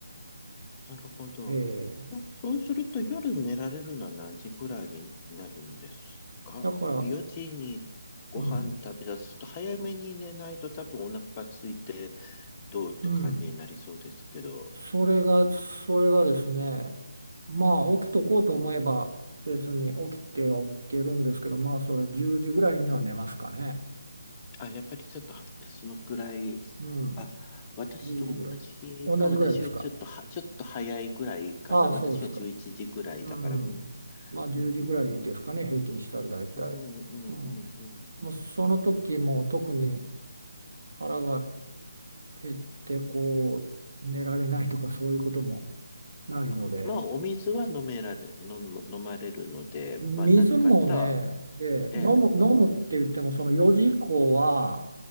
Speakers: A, on the left (about 20°); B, on the right (about 70°).
A: なるほど。
B: ええ
A: そうすると夜寝られるのは何時くらいになるんですか
B: だから、
A: ?4 時にご飯食べ出すと早めに寝ないと多分お腹が空いて
B: うん、
A: どうって感じになりそうですけど。
B: うん。それが、それがですね、まあ起きとこうと思えば別に起きては起きるんですけど、まあそれ10時ぐらいには寝ますかね。
A: あ、やっぱりちょっとはそのくらい、
B: うん。
A: あ、私と同じか、
B: 1時ぐらい。同じぐらいですか。
A: 私はちょっとは、ちょっと早いくらいかな。
B: ああ、
A: 私が11時ぐらいだから、
B: そうですか。うん。
A: うん、
B: まあ10時ぐらいですかね、
A: うん、
B: 平均したら大体。
A: うん、うん、
B: うん。
A: うんうん。
B: まあ、その時も特に腹が減ってこう寝られないとかそういうこともないので、
A: あ、まあ、お水は飲められ、飲む、飲まれるので、
B: 水もね、
A: まあ、何かあったら、
B: えー飲む、
A: ええ、
B: 飲むって言っても、その4時以降は、